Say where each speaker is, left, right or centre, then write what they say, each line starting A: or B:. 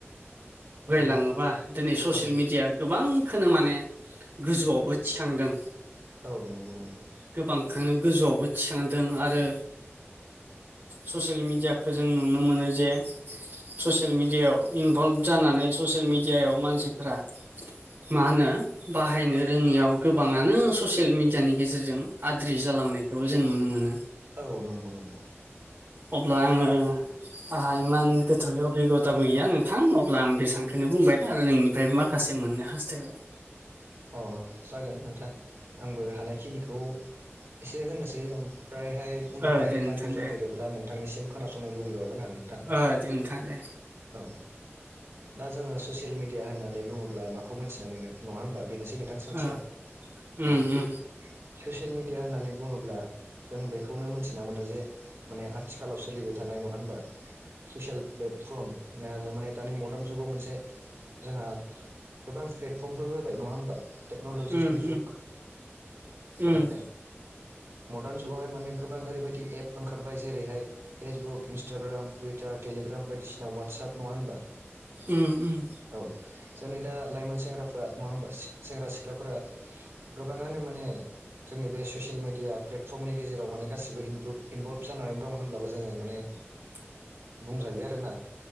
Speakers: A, on the right; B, on the right.
A: नंगौ
B: लाङोबा दिनै ससियेल
A: औ
B: मिडिया गोबांखौनो माने गोजौआवबो थिखांदों
A: औ नंगौ नंगौ
B: गोबांखोनो गोजौआवबो थिखांदों आरो ससियेल मिडियाखौ जों नुनो मोनो जे ससियेल मिडियायाव इनभल्भ जानानै ससियेल मिडियायाव मानसिफ्रा मा होनो बाहायनो रोङियाव गोबाङानो ससियेल मिडियानि गेजेरजों आद्रि जालांनायखौबो जों नुनो मोनो
A: औ नंगौ-नंगौ
B: अब्ला आङो आहा इमान गोथौयै जइगथाबो गैया नोंथां अब्ला आं बेसेबां खौनो बुंबाय आरो नोंनिफ्राय माखासे मोननो हास्थायबाय।
A: अह जागोन नोंथां आंबो हानायखिनिखौ एसे होननोसै ओमफ्रायहाय उनावहाय
B: ओ दे नोंथां
A: नांगौ जादेरोब्ला
B: दे
A: नोंथांनिसिम खोनासंनो लुबैबावगोन आं नोंथां।
B: ओ दे नोंथां दे
A: औ दा जोङो ससियेल मिडिया होननानै बुङोब्ला माखौ मिथिना मोनो नङा होमबा बेनोसै नोंथां सोंथिया
B: ओ
A: औ
B: उम उम उम
A: ससियेल मिडिया होननानै बुङोब्ला जों बेखौनो मोनथिना मोनो जे माने आथिखालाव सोलिबाय थानाय नङा होनबा। ससियेल प्लेटफर्म माने दानि मदार्न जुगाव मोनसे जोंहा गोबां प्लेटफर्मफोर होबाय नङा होमबा। बा टेक्नल'जिसनि
B: उम
A: जुग माने
B: उम उम
A: मडार्न जुगावहाय माने गोबां ओरैबायदि एप ओंखारबाय जेरैहाय फेसबुक इन्स्टाग्राम टुइटार टेलिग्राम बायदिसिना वाटसएप नङा होनबा।
B: ओम ओम।
A: औ जोंनि दा लाइमोन सेंग्राफ्रा नङा होमबा सेंग्रा सिख्लाफोरा गोबाङानो माने जोंनि बे ससियेल मिडिया प्लेटफर्मनि गेजेराव माने गासिबो इन इनभल्भ जानानै दं होनब्लाबो जोङो माने
B: <inaudible>
A: बुंजायो आरोना।